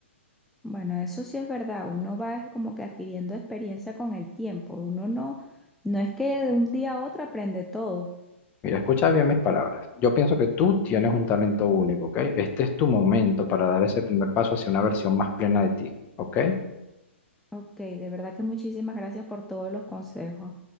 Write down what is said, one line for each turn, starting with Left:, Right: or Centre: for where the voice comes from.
Centre: Bueno, eso sí es verdad, uno va es como que adquiriendo experiencia con el tiempo, uno no, no es que de un día a otro aprende todo.
Left: Mira, escucha bien mis palabras. Yo pienso que tú tienes un talento único, ¿ok? Este es tu momento para dar ese primer paso hacia una versión más plena de ti, ¿ok?
Centre: Ok, de verdad que muchísimas gracias por todos los consejos.